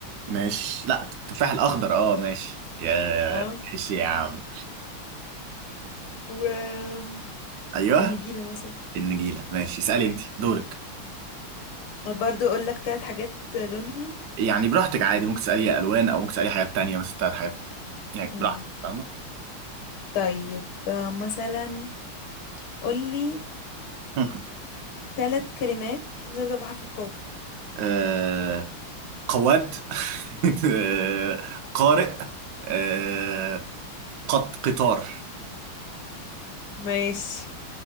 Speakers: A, on the right; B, on the left.
A: ماشي لا التفاح الاخضر اه ماشي يا
B: اه
A: ماشي يا عم
B: و أم،
A: ايوه
B: النجيله مثلا
A: النجيله ماشي اسالي انت دورك
B: برضو اقول لك ثلاث حاجات لونهم
A: يعني براحتك عادي ممكن تسألي ألوان أو ممكن تسألي حاجات تانية مثلا بتاعت حاجات يعني
B: مم.
A: براحتك فاهمة
B: طيب آه، مثلا قول لي
A: مم.
B: ثلاث كلمات بتبدأ بحرف القاف
A: آه قواد <laughs> آه قارئ آه قط قطار
B: ماشي